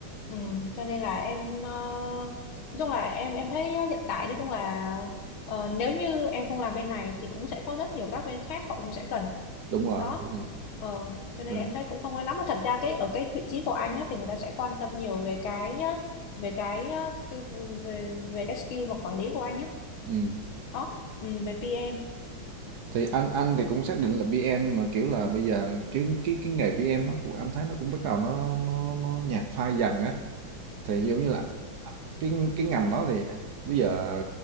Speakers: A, on the left (about 80°); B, on the right (about 60°).
A: ừ, cho nên là em ờ, nói chung là em em thấy ờ, hiện tại nói chung là ờ, nếu như em không làm bên này thì cũng sẽ có rất nhiều các bên khác họ cũng sẽ cần
B: Đúng rồi,
A: đó
B: đúng rồi.
A: Ờ, cho nên
B: Mình
A: em thấy cũng không ai lắm mà thật ra cái ở cái vị trí của anh á, thì người ta sẽ quan tâm nhiều về cái á, về cái, á, cái về, về cái skill mà quản lý của anh á
B: ừm,
A: đó ừ, về PM
B: thì anh anh thì cũng xác định là PM nhưng mà, kiểu là, bây giờ cái cái cái nghề PM nó cũng anh thấy nó cũng bắt đầu nó nó nó nhạt phai dần á. Thì giống
A: ừ.
B: như là à, cái cái ngành đó thì bây giờ